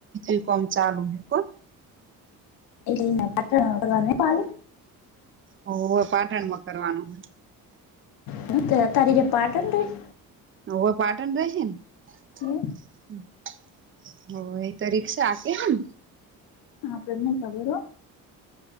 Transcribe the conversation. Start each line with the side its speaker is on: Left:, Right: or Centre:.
Right: લ કોમ ચાલુ હે કોન.
Left: એલેને પટણ અ પા
Right: ઓ હોય પાટણમાં કરવાનું.
Left: હ તે તારીકે પાટન રેય?
Right: હવે પાટણ રશે ને?
Left: એ
Right: રરીક્ષા આપે હમ.
Left: હા પ્રજમ કબરો